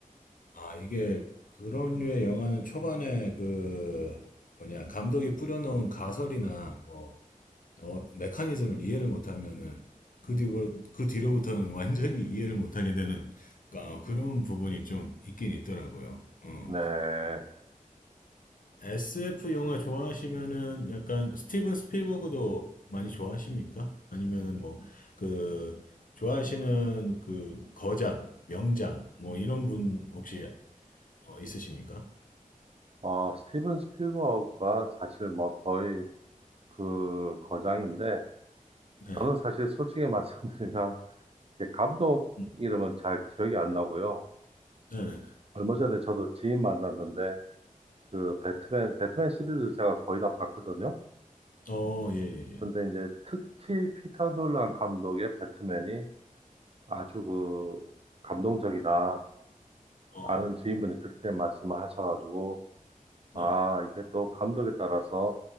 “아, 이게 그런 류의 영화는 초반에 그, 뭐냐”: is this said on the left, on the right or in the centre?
Left